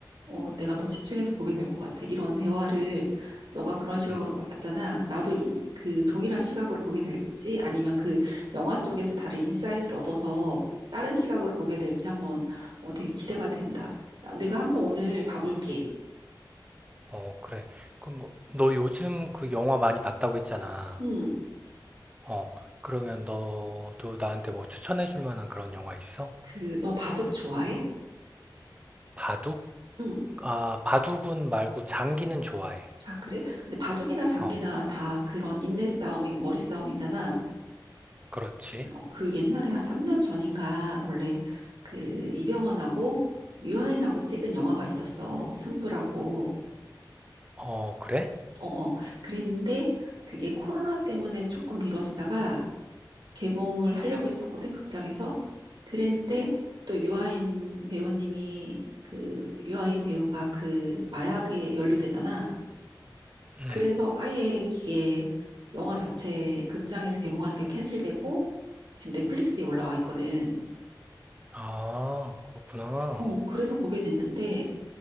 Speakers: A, on the right (about 75°); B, on the right (about 15°).
A: 어, 내가 더 집중해서 보게 될 것 같아. 이런 대화를 너가 그런 시각으로
B: 응.
A: 봤잖아. 나도 이, 그 동일한 시각으로 보게 될지 아니면 그 영화 속에서 다른 인사이트를 얻어서 다른 시각으로 보게 될지 한번 어, 되게 기대가 된다. 나, 내가 한번 오늘 봐볼게.
B: 어, 그래. 그럼 뭐, 너 요즘 그 영화 많이 봤다고 했잖아.
A: 응,
B: 어, 그러면 너도 나한테 뭐 추천해 줄 만한 그런 영화 있어?
A: 그, 너 바둑 좋아해?
B: 바둑?
A: 응.
B: 아, 바둑은 말고 장기는 좋아해.
A: 아, 그래? 근데 바둑이나 장기나
B: 어,
A: 다 그런 인내 싸움이고 머리 싸움이잖아.
B: 그렇지.
A: 어, 그 옛날에 한 3년 전인가 원래 그 이병헌하고 유아인하고 찍은 영화가 있었어. 승부라고.
B: 어, 그래?
A: 어, 어. 그랬는데 그게 코로나 때문에 조금 미뤄지다가 개봉을 하려고 했었거든, 극장에서. 그랬는데 또 유아인 배우님이 그 유아인 배우가 그 마약에 연루되잖아.
B: 음.
A: 그래서 아예 이게 영화 자체 극장에서 개봉하는 게 캔슬되고 지금 넷플릭스에 올라와 있거든.
B: 아, 그렇구나.
A: 어, 그래서 보게 됐는데,